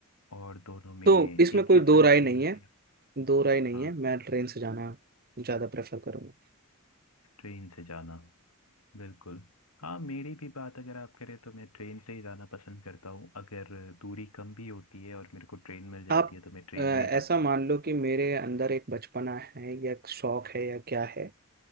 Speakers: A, on the left (about 85°); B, on the right (about 45°).
A: और दोनों में
B: तो
A: एक
B: इसमें कोई
A: जैसा
B: दो
A: ही
B: राय
A: टाइम
B: नहीं
A: लगेगा
B: है दो राय नहीं
A: हाँ
B: है मैं ट्रेन से जाना ज्यादा प्रेफर करूंगा
A: ट्रेन से जाना बिल्कुल हाँ मेरी भी बात अगर आप करें तो मैं ट्रेन से ही जाना पसंद करता हूँ अगर दूरी कम भी होती है और मेरे को ट्रेन मिल जाती
B: आप
A: है तो मैं ट्रेन
B: अ, ऐसा
A: में ही जाता हूँ
B: मान लो कि मेरे अंदर एक बचपना है या एक शौक है या क्या है